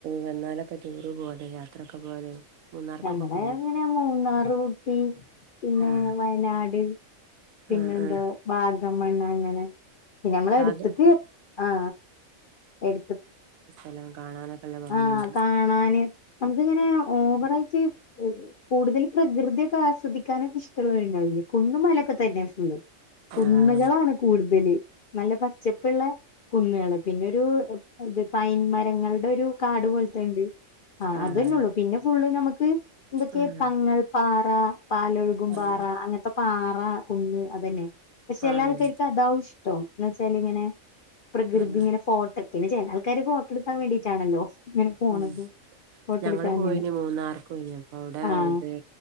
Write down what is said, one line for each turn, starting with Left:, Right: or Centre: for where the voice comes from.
Right: വന്നാലൊക്കെ ടൂറ് പോലെ യാത്രൊക്കെ പോലെ മൂന്നാർക്കൊക്കെ
Left: ഞങ്ങളെ
Right: പോയിനോ
Left: എങ്ങനെ മൂന്നാറ് ഊട്ടി പിന്നെ
Right: ആഹ്
Left: വയനാട് പിന്നെന്താ
Right: ആഹ് ആഹ്
Left: വാഗമൺ അങ്ങനെ പിന്നേ നമ്മള
Right: വാഗ
Left: എടുത്തക്ക് ആ എടുത്ത
Right: എല്ലാം കാണാനൊക്കെ നല്ല ഭംഗിയുണ്ട്
Left: ആ കാണാന് നമക്ക് ഇങ്ങനെ ഓവറ ആയിട്ട് കൂടുതൽ പ്രകൃതിയൊക്കെ ആസ്വദിക്കാനൊക്കെ ഇഷ്ടള്ളോർ ഉണ്ടാവില്ലേ കുന്നുമലൊക്കെ തന്നെ
Right: ആഹ്
Left: കുന്നുകളാണ്
Right: വാഗമൺ
Left: കൂടുതല് നല്ല പ പച്ചപ്പുള്ള കുന്നുകള് പിന്നെ ഒരു ഇത് പൈൻ മരങ്ങളുടെ ഒരു കാട് പോലത്തെ ഉണ്ട് ആ്
Right: ആഹ് ആഹ്
Left: അതന്നെ ഉള്ളു പിന്നെ ഫുള്ള് നമുക്ക് എന്തൊക്കെയ
Right: ആഹ്
Left: തങ്ങൾ പാറ പറ പാലൊഴുകും പാറ
Right: ആഹ്
Left: അങ്ങനത്തെ പാറ കുന്ന് അതന്നെ പക്ഷെ
Right: ആണല്ലേ
Left: എല്ലാ ആൾക്കാർക്കും അതാവും ഇഷ്ടം എന്ന വെച്ചാൽ ഇങ്ങനെ പ്രകൃതി
Right: ആഹ്
Left: ഇങ്ങനെ ഫോ പിന്നെ ചേന ആൾക്കാര് ഫോട്ടോ എടുക്കാൻ വേണ്ടിയിട്ടാണല്ലോ ഇങ്ങനെ പോണത്
Right: ഉം
Left: ഫോട്ടോട്ക്കാങ്ങനെ
Right: ഞങ്ങള് പോയിന് മൂന്നാർക്ക് പോയിന് അപ്പൊ അവിടെ
Left: ആഹ്
Right: ഇത്